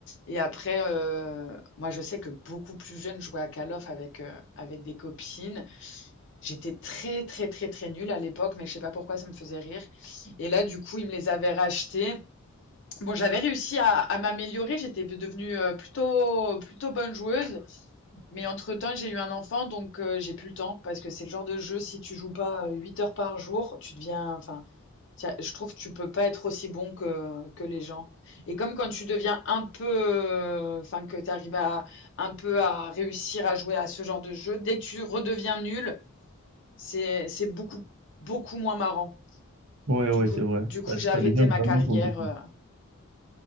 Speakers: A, on the left; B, on the right.
A: Et après, euh, moi, je sais que beaucoup plus jeune, je jouais à Call of avec, euh, avec des copines. J'étais très, très, très, très nulle à l'époque, mais je sais pas pourquoi ça me faisait rire. Et là, du coup, ils me les avaient rachetés. Bon, j'avais réussi à, à m'améliorer. J'étais devenue euh, plutôt, plutôt bonne joueuse. Mais entre-temps, j'ai eu un enfant, donc euh, j'ai plus le temps parce que c'est le genre de jeu, si tu joues pas euh, 8 heures par jour, tu deviens. Enfin, tiens, je trouve que tu peux pas être aussi bon que, que les gens. Et comme quand tu deviens un peu. euh, Enfin, que tu arrives à, un peu à réussir à jouer à ce genre de jeu, dès que tu redeviens nul, c'est, c'est beaucoup, beaucoup moins marrant.
B: oui, oui,
A: Du coup,
B: c'est vrai.
A: du coup,
B: Ça,
A: j'ai arrêté
B: ça devient
A: ma
B: vraiment
A: carrière.
B: compliqué.
A: euh,